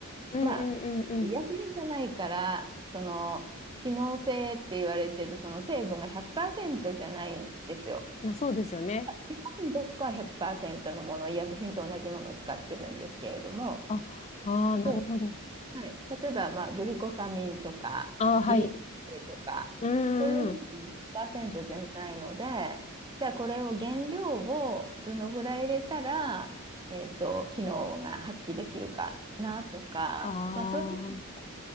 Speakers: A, on the left; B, on the right.
A: うんうんうんうん。
B: まあ、医薬品じゃないから、その、機能性って言われてるその成分が100%じゃないんですよ。
A: まあそうですよね。
B: ビタミンとかは100%のもの、医薬品と同じものを使ってるんですけれども、
A: あ、ああ、
B: 例え
A: なるほど。
B: ば、はい、例えばまあグルコサミンとか
A: ああ、はい。
B: DHA とか、
A: うんうん。
B: そういうのも100%じゃないので、じゃあこれを原料をどのぐらい入れたら、えっと、機能が発揮できるかなとか、
A: ああ、
B: まあ、そういう、